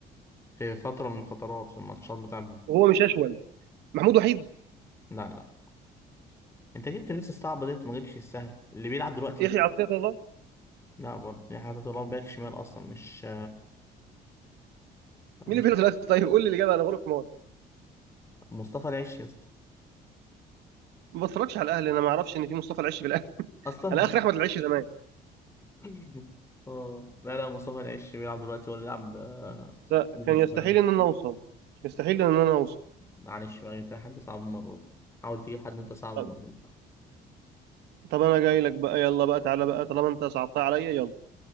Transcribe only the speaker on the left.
في فترة من الفترات في الماتشات بتاع
لا لا انت جبت الناس الصعبة ديت ما جبتش السهل اللي بيلعب دلوقتي
لا برضه يعني حاطط الله باك شمال اصلا مش مش
مصطفى العش يا اسطى
اصلا
<laughs> اه لا لا مصطفى العش بيلعب دلوقتي ولا يلعب آه،
ضد
الشمال.
معلش بقى جبت حد صعب المرة دي حاول تجيب حد انت صعب
المرة دي